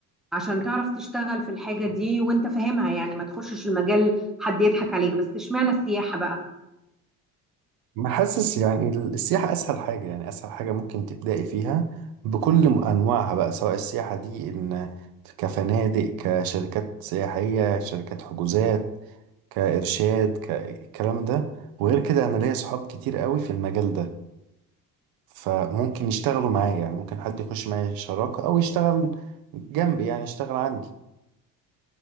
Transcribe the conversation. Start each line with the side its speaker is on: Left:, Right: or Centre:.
Centre: عشان تعرف تشتغل في الحاجه دي وانت فاهمها يعني ما تخشش المجال حد يضحك عليك بس اشمعنى السياحه بقى
Right: ما حاسس يعني السياحة اسهل حاجة يعني اسهل حاجة ممكن تبدأي فيها بكل م- انواعها بقى سواء السياحة دي ان كفنادق كشركات سياحية شركات حجوزات كإرشاد كالكلام ده وغير كده أنا ليا صحاب كتير قوي في المجال ده فممكن يشتغلوا معايا يعني ممكن حد يخش معايا شراكة أو يشتغل جنبي يعني يشتغل عندي